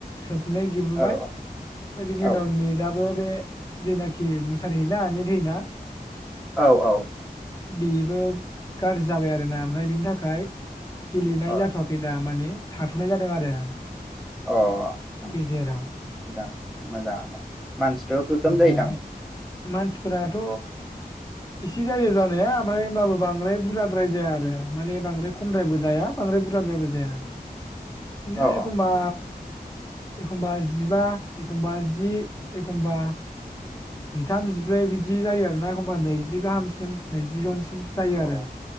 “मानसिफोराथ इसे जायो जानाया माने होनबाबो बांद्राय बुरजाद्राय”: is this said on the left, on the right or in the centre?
Left